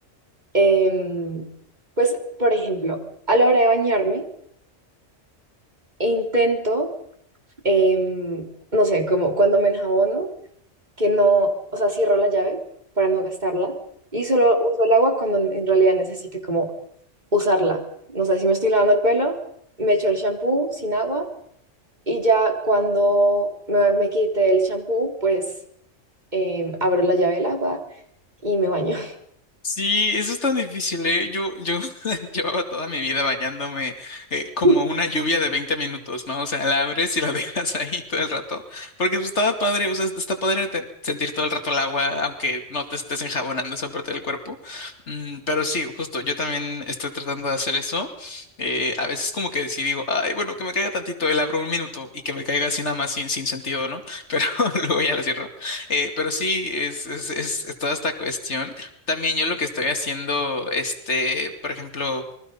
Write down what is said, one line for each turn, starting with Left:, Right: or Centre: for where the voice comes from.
Right: Em, pues, por ejemplo, a la hora de bañarme, intento, em, no sé, como cuando me enjabono, que no, o sea, cierro la llave para no gastarla y solo uso el agua cuando en realidad necesite como usarla. No sé, si me estoy lavando el pelo, me echo el shampoo sin agua Y ya cuando me, me quité el champú, pues em, abro la llave del agua y me baño.
Left: Sí, eso es tan difícil, ¿eh? Yo, yo <laughs> llevaba toda mi vida bañándome eh, como
Right: <laughs>
Left: una lluvia de 20 minutos, ¿no? O sea, la abres y la <laughs> dejas ahí todo el rato. Porque pues, estaba padre, o sea, está padre te- sentir todo el rato el agua, aunque no te estés enjabonando esa parte del cuerpo. Mm, pero sí, justo, yo también estoy tratando de hacer eso. Eh, a veces como que sí digo, ay, bueno, que me caiga tantito, el abro un minuto y que me caiga así nada más sin, sin sentido, ¿no? Pero <laughs> luego ya la cierro. Eh, pero sí, es, es, es es toda esta cuestión. También yo lo que estoy haciendo, este, por ejemplo,